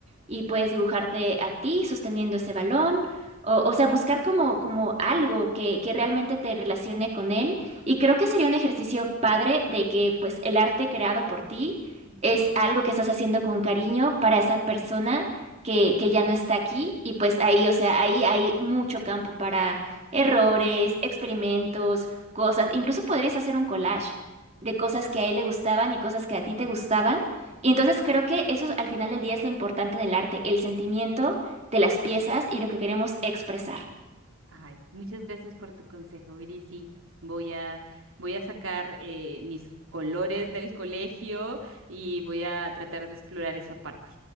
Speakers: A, on the right; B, on the right.
A: y puedes dibujarte a ti sosteniendo ese balón. O, o sea, buscar como, como algo que, que realmente te relacione con él. Y creo que sería un ejercicio padre de que pues el arte creado por ti
B: Ujú.
A: es algo que estás haciendo con cariño para esa persona que, que ya no está aquí y pues ahí, o sea, ahí hay mucho campo para errores, experimentos, cosas. Incluso podrías hacer un collage de cosas que a él le gustaban y cosas que a ti te gustaban. Y entonces creo que eso al final del día es lo importante en el arte, el sentimiento de las piezas y lo que queremos expresar.
B: Ay, muchas gracias por tu consejo, Viri. Sí, voy a, voy a sacar eh, mis colores del colegio y voy a tratar de explorar esa parte.